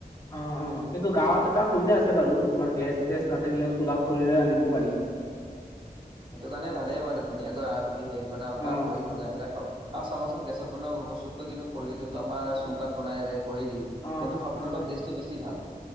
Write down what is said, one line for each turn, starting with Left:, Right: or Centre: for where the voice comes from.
Left: অ, অ, কিন্তু গাঁৱত এটা সুবিধা আছে বাৰু তোমাৰ গেছ-চেছ নাথাকিলেও চোলাত খৰিৰে ৰান্ধিব পাৰি।
Right: সেইটো কাৰণে ভালেইে বাৰু ধুনীয়াকৈ তুমি হেৰিত বনাব পাৰা
Left: অ
Right: খৰিত বনাই পেলাই খাও আৰু চাবাচোন গেছত বনোৱা বস্তুতকৈ কিন্তু খৰি যোনটো আমাৰ চৌকাত বনাই যে খৰি দি
Left: অ-অ-অ
Right: সেইটো খাবলৈ অলপ টেষ্টটো বেছি ভাল